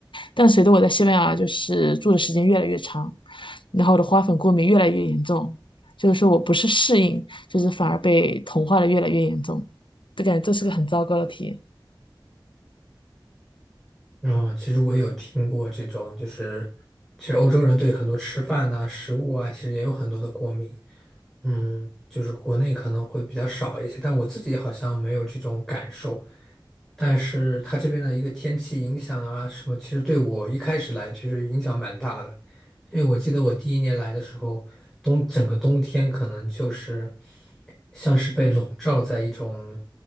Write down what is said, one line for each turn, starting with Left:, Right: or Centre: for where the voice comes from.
Left: 但随着我在西班牙就是住的时间越来越长，然后我的花粉过敏越来越严重，就是说我不是适应，就是反而被同化的越来越严重，就感觉这是个很糟糕的体验。
Centre: 嗯，其实我有听过这种，就是其实欧洲人对很多吃饭呐、食物啊，其实也有很多的过敏。嗯，就是国内可能会比较少一些，但我自己好像没有这种感受。但是它这边的一个天气影响啊什么，其实对我一开始来其实影响蛮大的，因为我记得我第一年来的时候，冬整个冬天可能就是像是被笼罩在一种